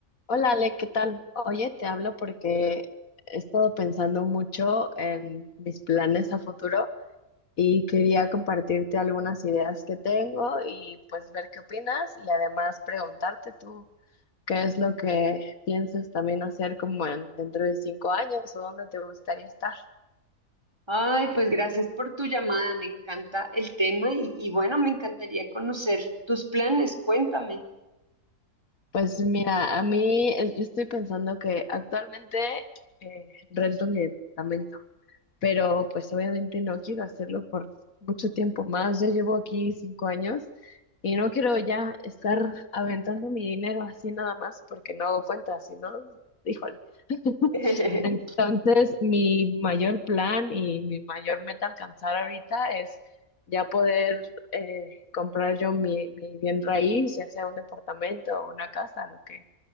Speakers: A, on the left (about 70°); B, on the right (about 15°).
A: Hola Ale, ¿qué tal? Oye, te hablo porque he estado pensando mucho en mis planes a futuro y quería compartirte algunas ideas que tengo y pues ver qué opinas y además preguntarte tú qué es lo que piensas también hacer como en, dentro de cinco años o dónde te gustaría estar.
B: Ay, pues gracias por tu llamada, me encanta el tema y, y bueno, me encantaría conocer tus planes, cuéntame.
A: Pues mira, a mí eh, yo estoy pensando que actualmente eh, rento mi departamento. pero pues obviamente no quiero hacerlo por mucho tiempo más. Ya llevo aquí cinco años y no quiero ya estar aventando mi dinero así nada más porque no hago cuentas, sino, híjole. <laughs>
B: <laughs>
A: Entonces, mi mayor plan y mi mayor meta a alcanzar ahorita es ya poder eh, comprar yo mi, mi bien raíz, ya sea un departamento o una casa, lo que